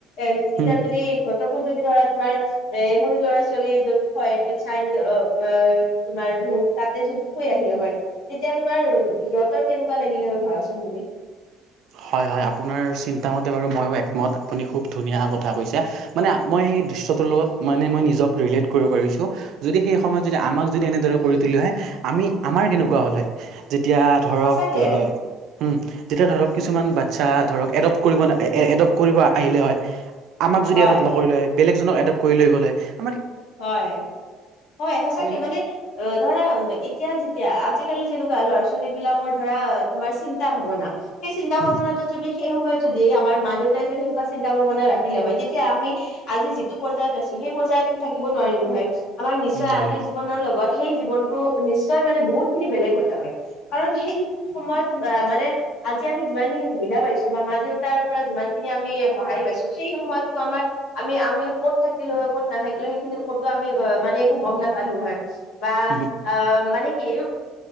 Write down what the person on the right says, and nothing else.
উম
হয় হয় আপোনাৰ চিন্তামতে বাৰু ময়ো একমত আপুনি খুব ধুনীয়া কথা কৈছে মানে মই সেই দৃশ্যটোৰ লগত মানে মই নিজক ৰিলেট কৰিব পাৰিছোঁ যদি সেই সময়ত যদি আমাক যদি এনেদৰে কৰি তুলি হয় আমি আমাৰ কেনেকুৱা হ'ল হয় তেতিয়া ধৰক
উম যেতিয়া ধৰক কিছুমান বাচ্ছা ধৰক এডপ্ট কৰিব ন এ-এ- এডপট কৰিব আহিলে হয় আমাক যদি
এডপট নকৰিলে হয় বেলেগজনক এডপ্ট কৰি লৈ গ'লে হৈ
ত এনে
উম
উম হয়
হয়